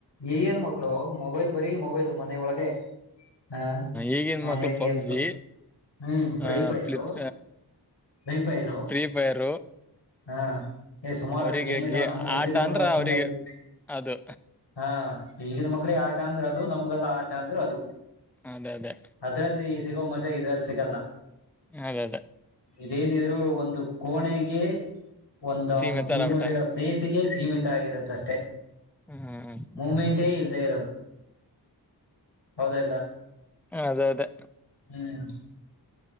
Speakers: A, on the left; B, in the centre.
A: ಏನ್ ಮಕ್ಕಳು
B: ಹ
A: ಮೊಬೈಲ್ ಬರೀ ಮೊಬೈಲ್ ಮನೆ ಒಳಗೆ ಹ
B: ಈಗಿನ
A: ಆನ್ಲೈನ್
B: ಮಕ್ಳು ಪಬ್ಜಿ
A: ಗೇಮ್ಸ್ ಹ್ಮ್ free
B: ಆ
A: fire
B: flip
A: free fire
B: free fire
A: ಹಾ ಈ ಸುಮಾರು
B: ಅವರಿಗೆ
A: ಅಷ್ಟಿಗೆ ಮ ಇದಾವ
B: ಗ
A: ನಮ್ಗೆ ಗೊತ್ತಿಲ್ಲಪಡ
B: ಆಟ ಅಂದ್ರ
A: ಅಷ್ಟಂದಾಗಿ
B: ಅವ್ರಿಗೆ ಅದು
A: ಹಾ ಈಗಿನ ಮಕ್ಕಳಿಗೆ ಆಟ ಅಂದ್ರೆ ಅದು ನಮ್ಗೆಲ್ಲ ಆಟ ಅಂದ್ರೆ ಅದು
B: ಅದೇ ಅದೇ
A: ಅದ್ರಲ್ಲಿ ಸಿಗೋ ಮಜಾ ಇದ್ರಲ್ಲಿ ಸಿಗಲ್ಲ
B: ಅದ ಅದೇ
A: ಇದೇನಿದ್ರು ಒಂದು ಕೋಣೆಗೆ ಒಂದು
B: ಸೀಮಿತರ
A: ಅವನು ಕೂತ್ಕೊಂಡಿರೋ
B: ಆಗ್ಬಿಟ್ಟಾರ
A: ಪ್ಲೇಸ್ಗೆ ಸೀಮಿತ ಆಗಿರುತ್ತ ಅಷ್ಟೇ
B: ಹ್ಮ್
A: ಮೂಮೆಂಟೇ ಇಲ್ದೆೇ ಇರೋದು ಹೌದಲ್ಲ
B: ಅದೇ ಅದೇ
A: ಹ್ಮ್